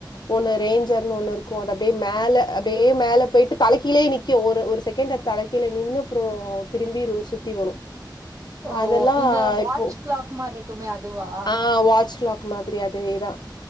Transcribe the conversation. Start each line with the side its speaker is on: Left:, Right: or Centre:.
Left: ஒன்னு ரேஞ்சர்ன்னு ஒன்னு இருக்கு அது அப்டியே மேல அப்டியே மேலே போயிட்டு தலக்கிலயே நிக்கு ஒரு ஒரு செக்கெண்டு தலைக் கீழ நின்னு அப்புறோ திரும்பி ஒ சுத்தி வரு
Right: ஓ!
Left: அதெல்லா
Right: இந்த வாட்ச்
Left: இப்போ
Right: கிளாக் மாரி இருக்குமே அதுவா?
Left: ஆ வாட்ச்லாக் மாதிரி அதேதா